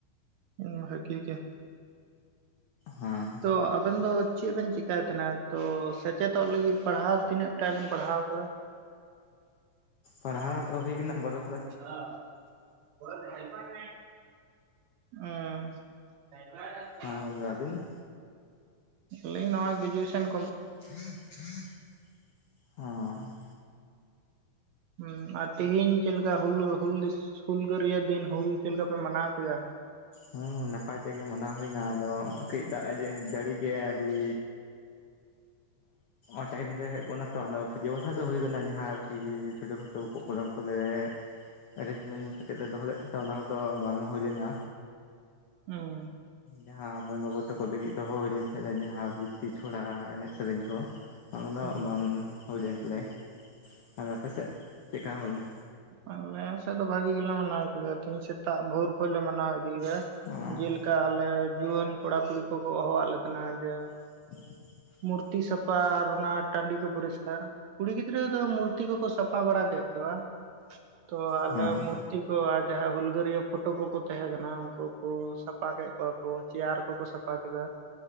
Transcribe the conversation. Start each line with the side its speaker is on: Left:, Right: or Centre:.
Right: ᱦᱸ ᱵᱷᱟᱹᱜᱤ ᱜᱮᱭᱟ᱾
Left: ᱦᱮᱸ
Right: ᱛᱚ ᱟᱵᱮᱱ ᱫᱚ ᱪᱮᱫ ᱵᱮᱱ ᱪᱮᱠᱟᱭ ᱛᱟᱦᱮᱸᱦᱱᱟ ᱛᱚ ᱥᱮᱪᱮᱫᱚᱜ ᱞᱟᱹᱜᱤᱫ ᱯᱟᱲᱦᱟᱣ ᱛᱤᱱᱟᱹᱜ ᱴᱟᱜ ᱵᱤᱱ ᱯᱟᱲᱦᱟᱣ ᱟᱠᱟᱫᱟ᱾
Left: ᱯᱟᱲᱦᱟᱣ ᱫᱚ ᱦᱩᱭ ᱠᱟᱱᱟ ᱵᱟᱨᱚ <unintelligible>
Right: ᱦ ᱦ <inaudible> ᱩᱸ <unintelligible>
Left: ᱟᱨ ᱟᱹᱵᱤᱱ
Right: ᱟᱞᱤᱧ ᱱᱚᱜᱚᱣ ᱜᱮᱡᱩᱮᱥᱮᱱ
Left: <unintelligible> ᱦᱸ
Right: ᱦᱸ ᱟᱨ ᱛᱦᱤᱧ ᱪᱮᱫᱠᱟ ᱦᱩᱞ ᱦᱩᱞ <unintelligible> ᱦᱩᱞᱜᱟᱹᱨᱭ ᱫᱤᱱ ᱦᱩᱞ ᱪᱮᱫ ᱞᱮᱠᱟ ᱯᱮ ᱢᱟᱱᱟᱣ ᱠᱮᱫᱟ?
Left: ᱦᱚᱸ ᱱᱟᱯᱟᱭ ᱛᱮᱜᱮ ᱢᱟᱱᱟᱣ ᱦᱩᱭᱱᱟ ᱟᱫᱚ ᱠᱟᱹᱡ ᱫᱟᱜ ᱡᱟᱹᱲᱤ ᱜᱮ <unintelligible> ᱟᱹᱰᱤ ᱚᱴᱟᱭᱤᱢ ᱨᱮ ᱦᱮᱡ ᱜᱚᱫᱱᱟ ᱛᱚ ᱟᱫᱚ ᱯᱩᱡᱟᱹ ᱯᱟᱥᱟ ᱫᱚ ᱦᱳᱭ ᱜᱚᱫᱱᱟ ᱡᱟᱦᱟᱸ ᱟᱨᱠᱤ ᱪᱷᱳᱴᱳ ᱠᱷᱟᱴᱚ ᱯᱳᱜᱜᱨᱟᱢ ᱠᱚᱞᱮ ᱮᱨᱮᱧᱡᱽᱢᱮᱱᱴ ᱠᱟᱛᱮᱫ ᱞᱮ ᱫᱚᱦᱚ ᱞᱮᱫ ᱛᱟᱦᱮᱸᱟ ᱚᱱᱟ ᱠᱚᱫᱚ ᱵᱟᱝ ᱦᱳᱭ ᱞᱮᱱᱟ᱾
Right: ᱦᱩᱸ
Left: ᱡᱟᱦᱟᱸ ᱢᱟᱹᱭ ᱵᱟᱹᱵᱩ ᱛᱟᱠᱚ ᱞᱟᱹᱜᱤᱫ ᱫᱚᱦᱚ ᱦᱩᱭ ᱞᱮᱱ ᱛᱟᱦᱮᱸᱱᱟ ᱡᱟᱦᱟᱸ ᱵᱨᱤᱛᱛᱤ ᱪᱷᱚᱲᱟ ᱮᱱᱮᱡ ᱥᱮᱨᱮᱧ ᱠᱚ ᱚᱱᱟ
Right: ᱦᱩᱸ
Left: ᱠᱚᱫᱚ ᱵᱟᱝ ᱦᱩᱭᱞᱮᱱ ᱛᱟᱞᱮᱭᱟ ᱟᱨ ᱟᱯᱮᱥᱮᱫ ᱪᱮᱫ ᱞᱮᱠᱟ ᱦᱳᱭᱱᱟ?
Right: ᱟᱞᱮ ᱥᱮᱫ ᱫᱚ ᱵᱷᱟᱜᱮ ᱜᱮ ᱞᱮ ᱢᱟᱱᱟᱣ ᱠᱮᱫᱟ ᱛᱮᱦᱮᱧ ᱥᱮᱛᱟᱜ ᱵᱷᱳᱨ ᱠᱷᱚᱡ ᱞᱮ ᱢᱟᱱᱟᱣ ᱤᱫᱤᱭᱟᱫᱟ
Left: ᱦᱮᱸ
Right: ᱡᱮᱞᱮᱠᱟ ᱟᱞᱮ ᱡᱩᱣᱟᱹᱱ ᱠᱚᱲᱟ ᱠᱩᱲᱤ ᱠᱚ ᱠᱚ ᱠᱚᱣᱟᱫ ᱞᱮ ᱛᱟᱦᱮᱫᱟ ᱡᱮ
Left: <inaudible>
Right: ᱢᱩᱨᱛᱤ ᱥᱟᱯᱷᱟ ᱟᱨ ᱚᱱᱟ ᱴᱟᱺᱰᱤ ᱠᱚ ᱯᱩᱨᱤᱥᱠᱟᱨ ᱠᱩᱲᱤ ᱜᱤᱫᱽᱨᱟᱹ ᱫᱚ ᱢᱩᱨᱛᱤ ᱠᱚᱠᱚ ᱥᱟᱯᱷ ᱯᱟ ᱵᱟᱲᱟ ᱠᱮᱫ ᱠᱚᱣᱟ᱾ ᱛᱚ ᱟᱞᱮ
Left: ᱦᱮᱸ
Right: ᱢᱩᱨᱛᱤ ᱠᱚ ᱟᱨ ᱡᱟᱦᱟᱭ ᱦᱩᱞᱜᱟᱹᱨᱭᱟᱹ ᱯᱷᱳᱴᱳ ᱠᱚᱠᱚ ᱛᱟᱦᱮᱸ ᱠᱟᱱᱟ ᱩᱱᱠᱩ ᱠᱚ ᱥᱟᱯᱟ ᱠᱮᱫ ᱠᱚᱣᱟ᱾ ᱚ ᱪᱮᱭᱟᱨ ᱠᱚᱠᱚ ᱥᱟᱯᱷᱟ ᱠᱮᱫᱟ᱾